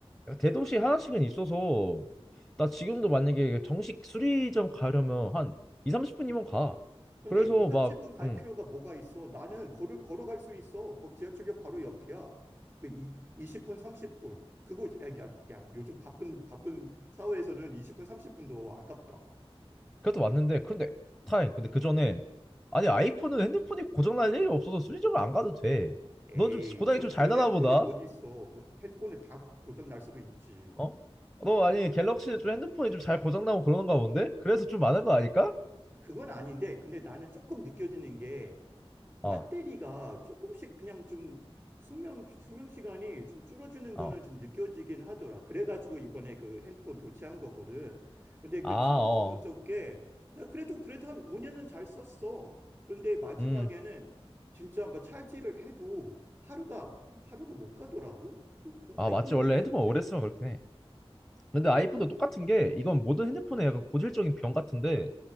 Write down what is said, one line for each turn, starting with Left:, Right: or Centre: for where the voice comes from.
Centre: 대도시 하나씩은 있어서 나 지금도 만약에 정식 수리점 가려면 한 2, 30분이면 가.
Right: 근데
Centre: 그래서
Right: 2, 30분
Centre: 막
Right: 갈
Centre: 음,
Right: 필요가 뭐가 있어? 나는 걸어, 걸어갈 수 있어. 뭐 지하철역 바로 옆이야. 그 이, 20분, 30분. 그거, 야, 야, 야, 요즘 바쁜, 바쁜 사회에서는 20분, 30분도 아깝다.
Centre: 그것도 맞는데 그런데 타임 근데 그 전에 아니 아이폰은 핸드폰이 고장날 일이 없어서 수리점을 안 가도 돼.
Right: 에이,
Centre: 넌 좀 고장이
Right: 그런,
Centre: 좀
Right: 그런
Centre: 잘 나나
Right: 핸폰이
Centre: 보다.
Right: 어디 있어. 뭐 핸폰은 다 고장 날 수도 있지.
Centre: 어? 너 아니 갤럭시는 좀 핸드폰이 좀 잘 고장나고 그러는가 본데? 그래서 좀 많은 거 아닐까?
Right: 그건 아닌데, 근데 나는 조금 느껴지는 게
Centre: 어,
Right: 배터리가 조금씩 그냥 좀 수명, 수명 시간이 좀 줄어드는
Centre: 어.
Right: 거는 좀 느껴지긴 하더라. 그래가지고 이번에 그 핸드폰 교체한 거거든. 근데
Centre: 아,
Right: 그 전,
Centre: 어.
Right: 저번 적게 나 그래도 그래도 한 5년은 잘 썼어. 그런데 마지막에는
Centre: 음.
Right: 진짜 막 찰지를 해도 하루가 하루를 못 가더라고. 그, 그
Centre: 아,
Right: 아이폰은
Centre: 맞지. 원래
Right: 좀
Centre: 핸드폰
Right: 어때?
Centre: 오래 쓰면 그렇긴 해. 근데 아이폰도 똑같은 게 이건 모든
Right: 음.
Centre: 핸드폰의 약간 고질적인 병 같은데